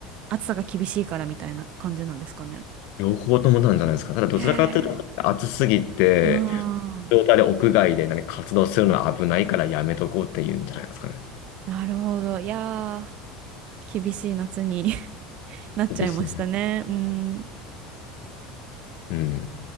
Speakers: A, on the right; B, on the left.
A: 暑さが厳しいからみたいな感じなんですかね。
B: 両方ともなんじゃないですか。ただどちらかというと、
A: へえ。
B: 暑すぎて、
A: うん
B: 状態で屋外で何か活動するのは危ないからやめとこうっていうんじゃないですかね。
A: なるほど。いやー、厳しい夏に <laughs> なっちゃいましたね。
B: 厳しい。
A: うん。
B: うん。